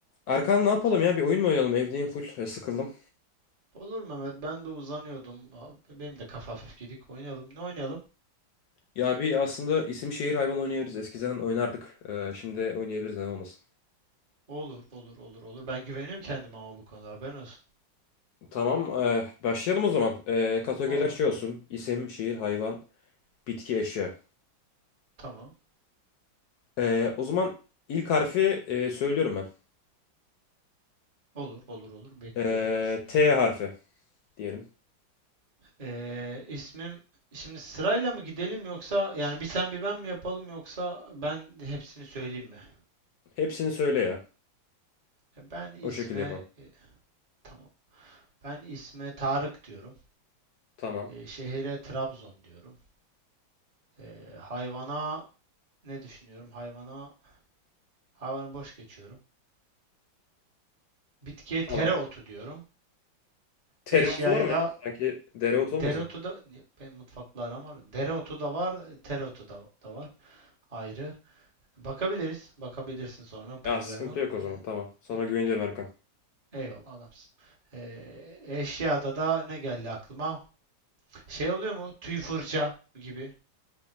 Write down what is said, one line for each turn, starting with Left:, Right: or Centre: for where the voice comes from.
Left: Erkan ne yapalım ya? Bir oyun mu oynayalım? Evdeyim full. e, Sıkıldım.
Right: Olur Mehmet. Ben de uzanıyordum. Abi, Benim de kafa hafif gidik. Oynayalım. Ne oynayalım?
Left: Ya bir aslında isim şehir hayvan oynayabiliriz. Eskiden oynardık. E, şimdi oynayabiliriz neden olmasın.
Right: Olur, olur, olur, olur. Ben güveniyorum kendime ama bu konuda haberin olsun.
Left: Tamam. e, başlayalım o zaman. E, kategoriler
Right: Olur,
Left: şey olsun.
Right: olur.
Left: İsim, şehir, hayvan, bitki, eşya.
Right: Tamam.
Left: E, o zaman ilk harfi e, söylüyorum ben.
Right: Olur, olur, olur. Bekliyorum,
Left: E,
Right: düşünüyorum.
Left: T harfi diyelim.
Right: Ee, ismim şimdi sırayla mı gidelim yoksa yani bir sen bir ben mi yapalım yoksa ben hepsini söyleyeyim mi?
Left: Hepsini söyle ya.
Right: E, Ben isme
Left: O şekilde yapalım.
Right: e, tamam. Ben isme Tarık diyorum.
Left: Tamam.
Right: E, şehire Trabzon diyorum. E, hayvana ne düşünüyorum? Hayvana hayvanı boş geçiyorum. Bitkiye
Left: Tamam.
Right: tereotu diyorum.
Left: Tereotu
Right: Eşyaya
Left: var mı
Right: da
Left: ya? Sanki dereotu
Right: dereotu
Left: olmasın?
Right: da benim mutfakla aram var. Dereotu da var, tereotu da, da var ayrı. Bakabiliriz. Bakabilirsin sonra problem
Left: Ya sıkıntı
Right: yok.
Left: yok o
Right: Ee,
Left: zaman. Tamam. Sana
Right: yok
Left: güveniyorum
Right: yok.
Left: Erkan.
Right: Eyvallah adamsın. Ee, eşyada da ne geldi aklıma? Şey oluyor mu? Tüy fırça gibi